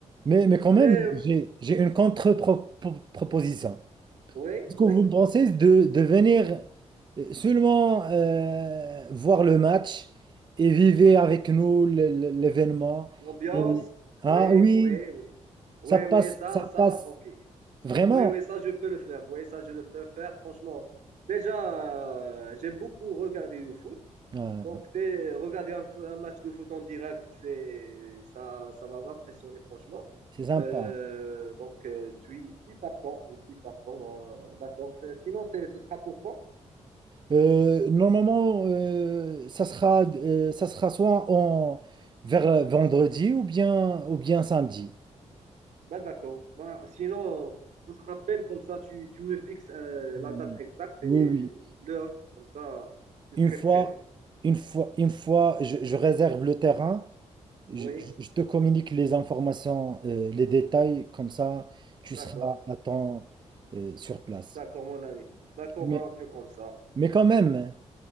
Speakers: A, on the right; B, on the right.
A: Mais, mais quand même,
B: Mais
A: j'ai, j'ai une contre-proposition.
B: oui,
A: Est-ce
B: oui,
A: que vous pensez de, de venir euh, seulement euh, voir le match et vivre avec nous le- le- l'événement?
B: l'ambiance,
A: Et, ah
B: oui,
A: oui,
B: oui, oui. Oui,
A: ça passe,
B: oui, ça,
A: ça
B: ça,
A: passe
B: ok.
A: vraiment.
B: Oui, oui, ça, je peux le faire. Oui, ça, je le peux faire, franchement. Déjà, euh, j'aime beaucoup regarder le foot.
A: Ah,
B: Donc, dès- regarder un, f- un match de foot en direct, c'est, ça, ça va m'impressionner, franchement.
A: c'est sympa.
B: Euh, donc, euh, je suis, je suis partant. Je suis partant. ben, d'accord. C'est- Sinon, c'est, ce sera pour quand?
A: Euh, normalement, euh, ça sera, euh, ça sera soit en, vers euh, vendredi ou bien, ou bien samedi.
B: Ben, d'accord. Ben, sinon, on se rappelle, comme ça, tu, tu me fixes euh,
A: Oui,
B: la date exacte et
A: oui, oui.
B: l'heure. Comme ça, je
A: Une
B: serai
A: fois,
B: présent.
A: une fois, une fois, je, je réserve le terrain, je,
B: Oui,
A: je- je te communique les informations, euh, les détails, comme ça, tu
B: d'accord.
A: seras à temps, euh, sur place.
B: D'accord, mon ami. D'accord,
A: Mais,
B: ben, on fait comme ça.
A: mais quand même,